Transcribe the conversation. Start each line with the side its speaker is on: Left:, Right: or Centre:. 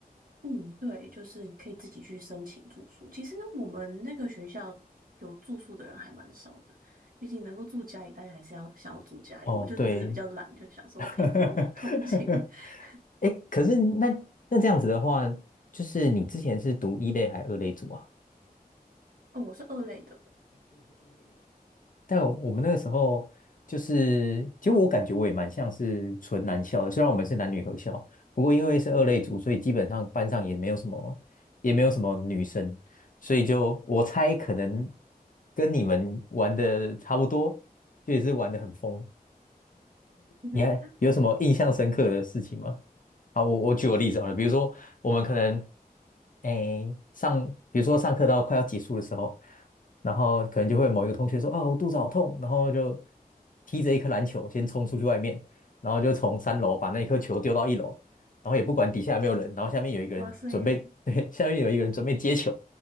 Right: 嗯，对，就是你可以自己去申请住宿。其实我们那个学校有住宿的人还蛮少的，毕竟能够住家里，大家还是要想要住家里。
Left: 哦，
Right: 我就只是比较懒，
Left: 对，
Right: 就想说可以不用通勤。
Left: <laughs>
Right: <laughs>
Left: 哎可是那那这样子的话，就是你之前是读一类还二类组啊？
Right: 嗯，我是二类的。
Left: 但我们那个时候就是，其实我感觉我也蛮像是纯男校的，虽然我们是男女合校，不过因为是二类组，所以基本上班上也没有什么，也没有什么女生，所以就我猜可能跟你们玩的差不多，就也是玩的很疯。
Right: <laughs>
Left: 你看有什么印象深刻的事情吗？啊，我我举个例子好了，比如说我们可能，诶，上，比如说上课到快要结束的时候，然后可能就会某一个同学说啊，我肚子好痛，然后就踢着一颗篮球先冲出去外面，然后就从三楼把那颗球丢到一楼，然后也不管底下有没有人，然后下面有一个人准备，
Right: 哇塞，
Left: <laughs> 对，下面有一个人准备接球，